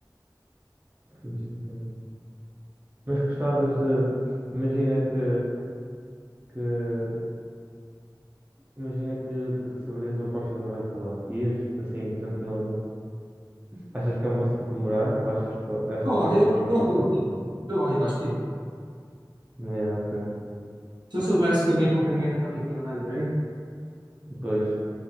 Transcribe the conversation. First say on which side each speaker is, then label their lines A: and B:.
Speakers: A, on the right; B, on the right.
A: Fiz então. Mas gostavas de... Imagina que, que, imagina que, que receberias uma proposta de trabalho para lá. Ias, assim, tranquilamente? Achas que é um bom sítio para morar ou achas, achas
B: Ó,
A: que é mais
B: Eu, eu,
A: para visitar?
B: eu, eu, eu, eu acho que ia.
A: É, ok.
B: Se eu soubesse que a minha companheira também tinha lá emprego,
A: Depois...